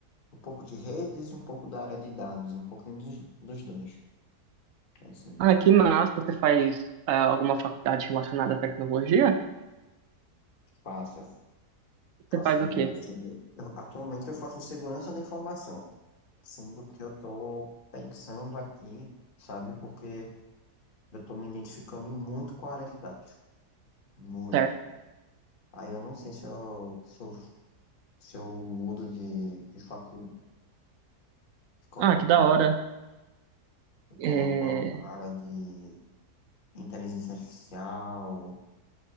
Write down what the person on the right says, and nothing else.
Ah, que massa. Você faz ah, alguma faculdade relacionada à tecnologia?
Você
faz o quê?
Certo.
Ah, que da
hora.
É...